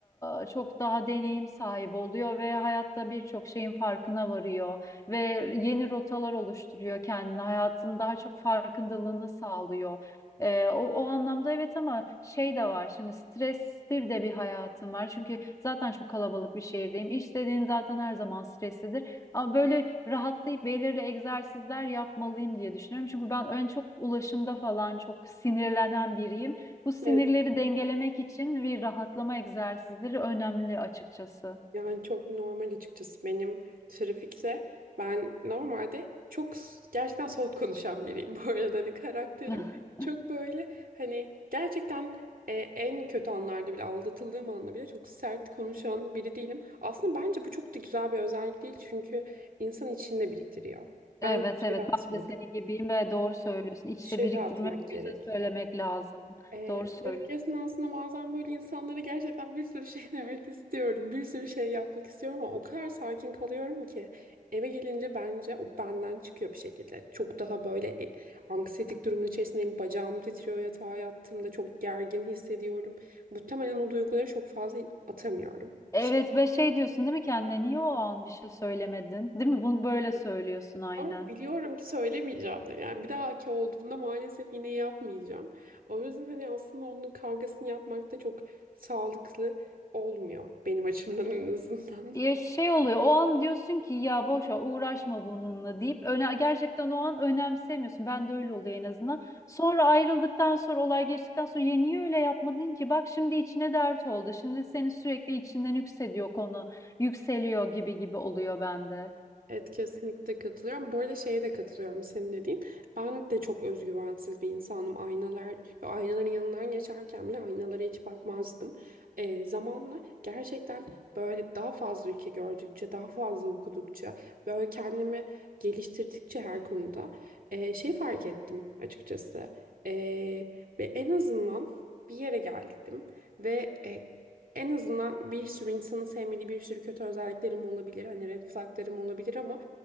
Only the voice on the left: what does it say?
e, çok daha deneyim sahibi oluyor ve hayatta birçok şeyin farkına varıyor ve yeni rotalar oluşturuyor kendine, hayatın daha çok farkındalığını sağlıyor. Ee, o, o anlamda evet ama şey de var şimdi stresli de bir hayatım var. Çünkü zaten çok kalabalık bir şehirdeyim. İş dediğin zaten her zaman streslidir. Ama böyle rahatlayıp belirli egzersizler yapmalıyım diye düşünüyorum. Çünkü ben en çok ulaşımda falan çok sinirlenen biriyim. Bu sinirleri
dengelemek için bir rahatlama egzersizleri önemli açıkçası.
<laughs>
Evet
evet
ben de senin gibiyim ve doğru söylüyorsun. İçte
biriktirmek,
yüze söylemek lazım.
Doğru söylüyorsun.
Evet
ve şey diyorsun değil mi kendine niye o an bir şey söylemedin? Değil mi? Bunu böyle
söylüyorsun aynen.
Ya
şey oluyor o an diyorsun ki ya boş ver uğraşma bununla deyip öne gerçekten o an önemsemiyorsun. Ben de öyle oluyor en azından. Sonra ayrıldıktan sonra olay geçtikten sonra ya niye öyle yapmadın ki? Bak şimdi içine dert oldu. Şimdi seni sürekli içinden yükseliyor konu. Yükseliyor gibi gibi oluyor bende.